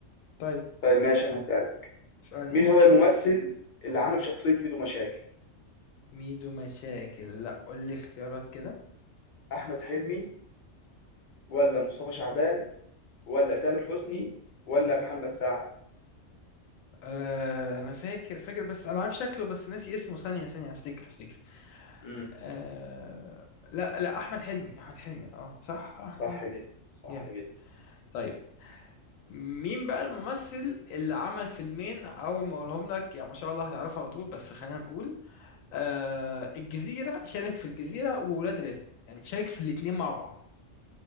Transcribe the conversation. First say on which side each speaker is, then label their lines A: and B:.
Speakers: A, on the left; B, on the left.
A: طيب
B: طيب ماشي انا هسالك
A: اسألني
B: مين هو الممثل اللي عمل شخصيه ميدو مشاكل
A: ميدو مشاكل لا قول لي اختيارات كده
B: احمد حلمي ولا مصطفى شعبان ولا تامر حسني ولا محمد سعد
A: أه انا فاكر فاكر بس انا عارف شكله بس ناسي اسمه ثانية ثانية افتكر افتكر
B: امم
A: أه لا لا احمد حلمي احمد حلمي اه صح احمد
B: صح
A: حلمي
B: جدا صح
A: جامد
B: جدا
A: طيب مين بقى الممثل اللي عمل فيلمين اول ما اقولهم لك يعني ما شاء الله هتعرفه على طول بس خلينا نقول آه الجزيرة شارك في الجزيرة وولاد رزق يعني شارك في الاتنين مع بعض